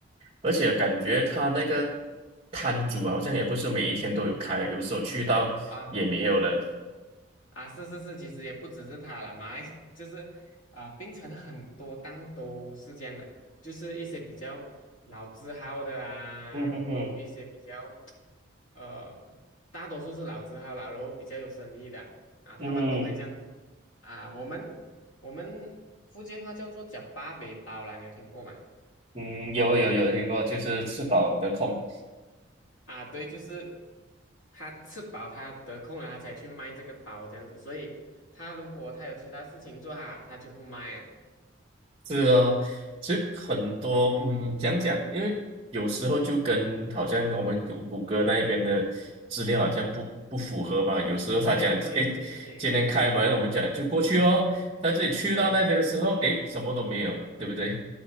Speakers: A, on the right; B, on the left.
A: 而且感觉他那个摊主啊好像也不是每一天都有开，有时候去到也没有了。
B: 啊。啊，是是是，其实也不只是他了，马来 <laughs> 就是啊、槟城很多档都是这样的，就是一些比较老字号的啊，
A: 嗯哼哼，
B: 然后一些比较呃，大多数是老字号啦，然后比较有生意的啊，啊他们都会这样子
A: 嗯哼，
B: 啊。我们我们福建话叫做“叫八北包”啦，你有听过吗？
A: 嗯，有有有听过，就是吃饱得空。
B: 啊，对，就是他吃饱，他得空了，他才去卖这个包这样子。所以他如果他有其他事情做哈，他就不卖啊
A: 是哦，其实很多嗯，
B: 嗯，
A: 讲讲，因为有时候就跟好像我们谷谷歌那一边的资料好像不不符合嘛。有时候他讲，
B: 对对对对
A: 哎，今天开门，我们讲就过去哦。他自己去到那边的时候，
B: 对，
A: 哎，什么都没有，对不对？